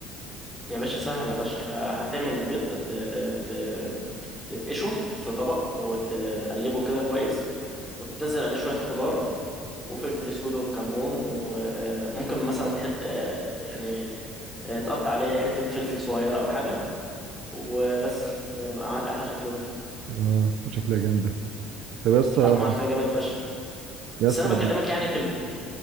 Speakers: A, in the centre; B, on the right (about 60°).
A: يا باشا سهلة فشخ هتعمل البيض ت... ت... تفقشه في طبق وتقلبه كده كويس وتنزل عليه شوية خضار وفلفل أسود وكمون وممكن مثلا تحط يعني تقطع عليه حتة فلفل صغيرة أو حاجة وبس ومعاك أحلى شكشوكة
B: اه شكلها جامده طب يا اسطى
A: طعمها فيها جامد فشخ
B: يا
A: بس
B: اسطى
A: أنا بكلمك يعني في ال...